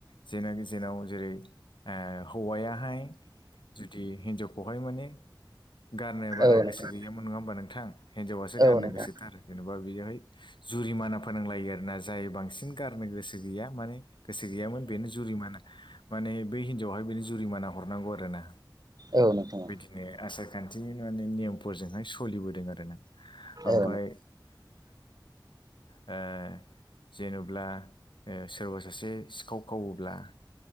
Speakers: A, on the left (about 80°); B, on the right (about 55°).
A: जेनाखि जेनाव जेरै हौवाया जुदि हिनजावखौहाय माने गारनो बारा
B: औ नोंथां
A: गोसो गयामोन नङा मान नोंथां हिनजावासो गारनो
B: औ नोंथां
A: गोसो थ आरो जेन'बा बेयावहाय जुरिमाना फोनांलायो आरो ना जाय बांसिन गारनो गोसो गैया मान गोसो गैयामोन बेनो जुरिमाना माने बै हिन्जावहाय बेनो जुरिमाना हरनांगौ आरो ना।
B: औ नोंथां।
A: ने आसारखान्थिनि माने नेमफोरजोंहाय सलिबोदों आरो ना ओमफाय
B: औ नोंथां
A: ओ जेनब्ला ओ सोरबा सासे सिखाव खावोब्ला